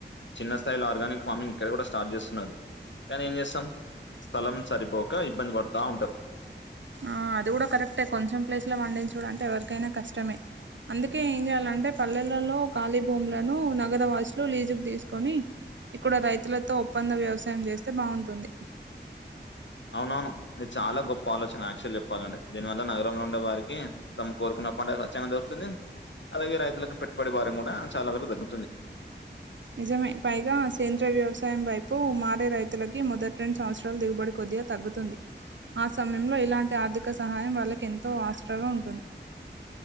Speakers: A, on the left; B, on the right.
A: చిన్న స్థాయిలో ఆర్గానిక్ ఫార్మింగ్ ఇక్కడ కూడా స్టార్ట్ జేస్తున్నారు. కానీ ఏం జేస్తాం స్థలం సరిపోక ఇబ్బంది పడతా ఉంటారు.
B: ఆ అది కూడా కరెక్టే, కొంచెం ప్లేస్లో వండించుడంటే ఎవరికైనా కష్టమే. అందుకే ఏం జేయాలంటే పల్లెలలో ఖాళీ భూములను నగర వాసులు లీజుకు తీసుకొని ఇక్కడ రైతులతో ఒప్పంద వ్యవసాయం చేస్తే బావుంటుంది.
A: అవునవును, ఇది చాలా గొప్ప ఆలోచన యాక్చువల్ చెప్పాలంటే దీనివల్ల నగరంలో ఉండే వారికి తము కోరుకున్నప్పటే స్వచ్చ్చంగా దొరుకుతుంది. అలాగే రైతులకు పెట్టుబడి భారం కూడా చాలా వరకు దగ్గుతుంది.
B: నిజమే పైగా సేందర్రియ వ్యవసాయం వైపు మారే రైత్ తులకి మొదటి రెండు సంవత్సరాల్ దిగుబడి కొద్గా తగ్గుతుంది. ఆ సమయంలో ఇలాంటి ఆర్థిక సహాయం వాళ్ళకి ఎంతో ఆస్త్రగా ఉంటుంన్